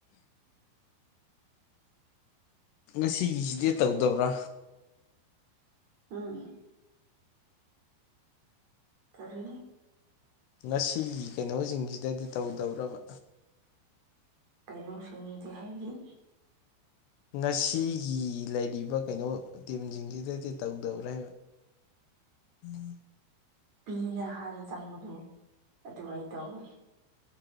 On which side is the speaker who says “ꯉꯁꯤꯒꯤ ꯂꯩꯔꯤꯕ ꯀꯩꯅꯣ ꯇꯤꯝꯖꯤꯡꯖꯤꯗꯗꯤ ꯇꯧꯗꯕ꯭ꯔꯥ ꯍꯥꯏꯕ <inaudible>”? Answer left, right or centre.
Left